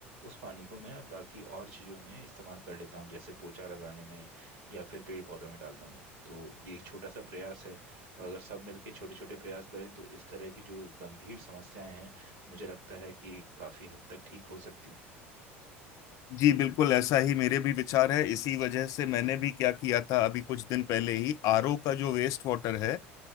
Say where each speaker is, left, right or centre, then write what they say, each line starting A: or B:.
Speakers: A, on the right (about 70°); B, on the left (about 55°).
A: उस पानी को मैं बाकी और चीज़ों में इस्तेमाल कर लेता हूँ जैसे पोछा लगाने में या फिर पेड़ पौधों में डालने में तो ये एक छोटा सा प्रयास है और अगर सब मिलके छोटे छोटे प्रयास करें तो इस तरह की जो गंभीर समस्याएं हैं मुझे लगता है कि काफ़ी हद तक ठीक हो सकती हैं
B: जी बिल्कुल ऐसा ही मेरे भी विचार है इसी वजह से मैंने भी क्या किया था अभी कुछ दिन पहले ही आरओ का जो वेस्ट वाटर है